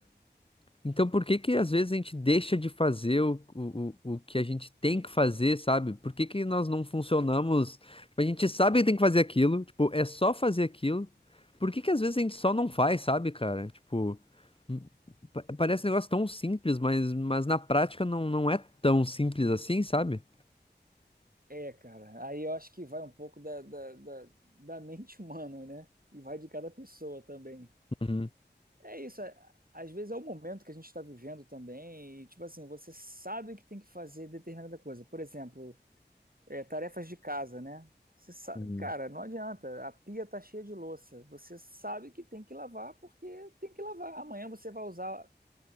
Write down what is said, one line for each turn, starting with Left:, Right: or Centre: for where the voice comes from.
Left: Então, por que que às vezes a gente deixa de fazer o, o, o o que a gente tem que fazer, sabe? Por que que nós não funcionamos? Tipo, a gente sabe que tem que fazer aquilo, tipo, é só fazer aquilo. Por que que às vezes a gente só não faz, sabe, cara? Tipo, m- pa- parece um negócio tão simples, mas, mas na prática não, não é tão simples assim, sabe?
Right: É, cara. Aí eu acho que vai um pouco da, da, da, da mente humana, né? E vai de cada pessoa também.
Left: Uhum,
Right: É isso. é- Às vezes é o momento que a gente está vivendo também. E, tipo assim, você sabe que tem que fazer determinada coisa. Por exemplo, É, tarefas de casa, né? Você sabe,
Left: uhum.
Right: cara, não adianta. A pia tá cheia de louça. Você sabe que tem que lavar porque tem que lavar. Amanhã você vai usar